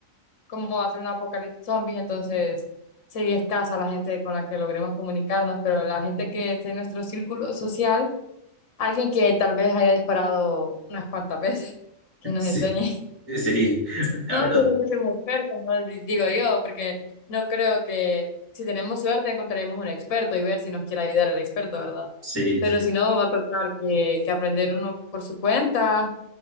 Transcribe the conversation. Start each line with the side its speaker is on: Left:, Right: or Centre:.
Left: como va a ser un apocalipsis zombies, entonces sería escasa la gente con la que logremos comunicarnos, pero la gente que esté en nuestro círculo social, alguien que tal vez haya disparado unas cuantas veces, <laughs> que
Right: <laughs>
Left: nos
Right: Sí,
Left: enseñe.
Right: sí.
Left: No
Right: A ver,
Left: tiene que ser un experto, ¿no? Di- digo yo, porque no creo que si tenemos suerte encontraremos un experto y ver si nos quiere ayudar el experto, ¿verdad?
Right: Sí,
Left: Pero si no, va a tocar que, que aprender uno por su cuenta,